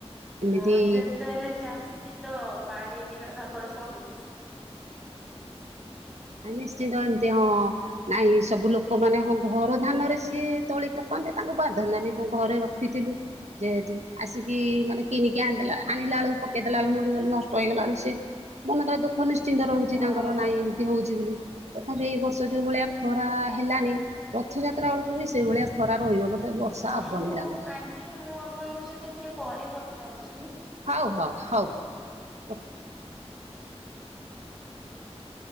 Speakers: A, on the right (about 85°); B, in the centre.
A: ଏମିତି
B: ହଁ ଯେତେ ହେଲେ ଚାଷୀ ତ ପାଣି ବିନା ତାଙ୍କର ସବୁ କିଛି।
A: ଆ ନିଶ୍ଚିନ୍ତ ଏମତି ହଁ ନାଇଁ ସବୁ ଲୋକ ମାନେ ହଁ ଘର ଧାନରେ ସିଏ ତଳି ପକା ମତେ ତାଙ୍କୁ ବାଧନ୍ତାନହି ହଁ ଘରେ ରଖିଥିଲୁ ଯେହେତୁ ଆସିକି ମାନେ କିଣିକି ଆଣିଦେ ଆଣିଲା ବଳ ପକେଇଦେଲା ବେ ମରିଗଲେ ଇଗଲାଣି ସେ ମନ ତ ଦୁଃଖ ନିଶ୍ଚିନ୍ତ ରହୁଛି
B: ହଁ।
A: ତାଙ୍କର ନାଇଁ। ତଥାପି ଏ ବର୍ଷ ଯୋଉ ଭଳିଆ ଖରା ହେଲ ରଥଯାତ୍ରା ବେଳକୁ ସେଭଳିଆ ଖରା ରହିବ ବୋଧେ ବର୍ଷା
B: ହଉ
A: ହବନି ଲାଗୁଛି
B: ଆଣ୍ଟି ମୁଁ ଆପଣଙ୍କ ସହିତ ଟିକେ ପରେ କଥା ହଉଛି।
A: ହଉ ହଉ ହଉ ଓକେ
B: ହ